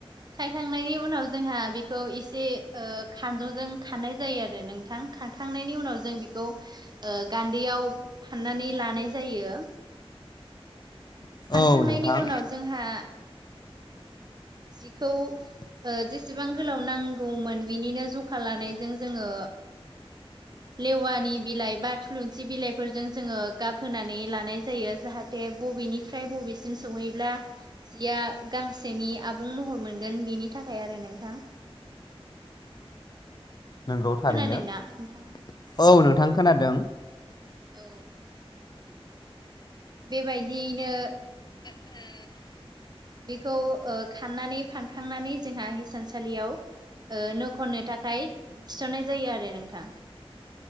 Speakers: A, on the right; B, on the left.
A: खायखांनायनि उनाव जोंहा बेखौ एसे खानजंजों खारानाय जायो आरो नोंथां खांखांनायनि उनाव जों बेखौ गान्दैयाव फाननानै लानाय जायो फानखांनायनि
B: औ नोंथां
A: उनाव जोंहा जिखौ जेसेबां गोलाव नांगौमोन बिनिनो जखा लानायजों जोङो लेवानि बिलाइ बा थुलुंसि बिलाइफोरजों जोङो गाबहोनानै लानाय जायो जाहाथे बबेनिफ्राय बबे सिम सौहैब्ला जिया गांसेनि आबुं महर मोनगोन बिनि थाखाय आरो नोंथां
B: नंगौ थारैनो
A: खोनादोंना नोंथाङा?
B: औ नोंथां खोनादों
A: औ बेबायदियैनो
B: <inaudible>
A: बेखौ खाननानै फानखांनानै जोंहा हिसानसालियाव ओ नो खननो थाखाय थिसननाय जायो आरो नोंथां